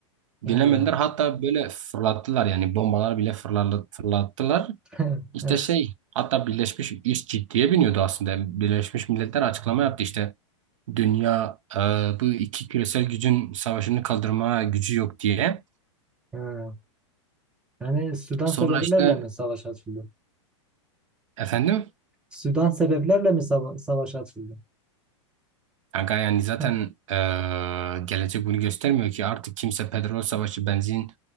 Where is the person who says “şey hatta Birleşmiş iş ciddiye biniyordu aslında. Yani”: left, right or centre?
Right